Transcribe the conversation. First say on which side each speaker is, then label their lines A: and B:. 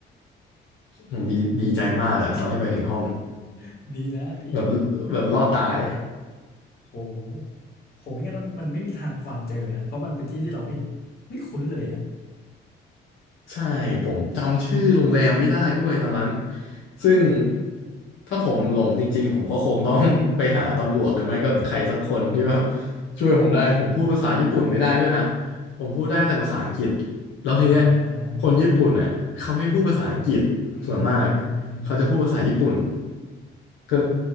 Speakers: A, on the left; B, on the left.
A: ผมดีดีใจมากอะตอนที่ไปถึงห้อง
B: โอ้โห <laughs> ดีนะที่ยัง
A: แบบแบบรอดตาย
B: ฝึกมาได้โหโหไม่งั้นมันมันไม่มีทางความเจอนะเพราะมันเป็นที่ที่เราไม่ไม่คุ้นเลยอะ
A: ใช่ผมจำชื่อโรงแรมไม่ได้ด้วยตอนนั้นซึ่งถ้าผมหลงจริงๆผมก็คงต้อง <laughs> ไปหาตำรวจหรือไม่ก็ใครสักคนที่แบบ
B: ตำรวจ
A: ช่วยผมได้ผมพูดภาษาญี่ปุ่นไม่ได้ด้วยนะผมพูดได้แต่ภาษาอังกฤษแล้วทีเนี้ย
B: อ่า
A: คนญี่ปุ่นเน่ะเขาไม่พูดภาษาอังกฤษส่วนมาก
B: อือหืออือหืออือหือ
A: เขาจะพูดภาษาญี่ปุ่นก็